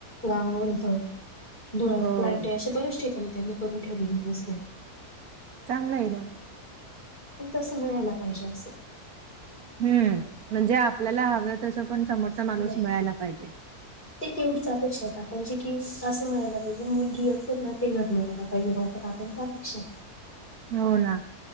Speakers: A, on the left; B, on the right.
A: गावावर घर आहे. डोळ्यात
B: हो
A: लाईट अशा बऱ्याच ठिकाणी त्यांनी करून ठेवले इएनवेसमेंट.
B: चांगलं आहे ना मग.
A: पण तसं मिळायला पाहिजे असं.
B: हम्म, म्हणजे आपल्याला हवं तसं, पण समोरचा माणूस
A: नाही
B: मिळायला पाहिजे.
A: <inaudible> एवढीच अपेक्षा का म्हणजे की असं मिळायला पाहिजे. मुलगी असेल ना ते घर मिळायला पाहिजे बरं असं का. पण त्यापेक्षा..
B: हो ना.